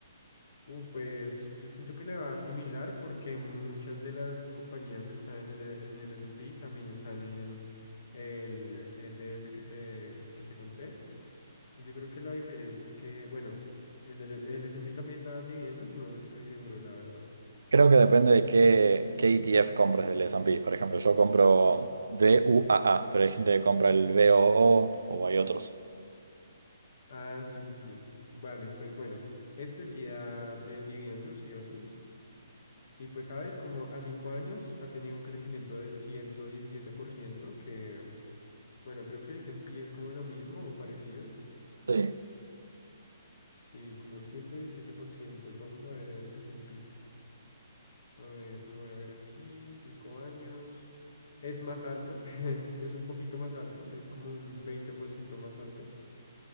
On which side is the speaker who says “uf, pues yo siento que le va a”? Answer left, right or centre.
Left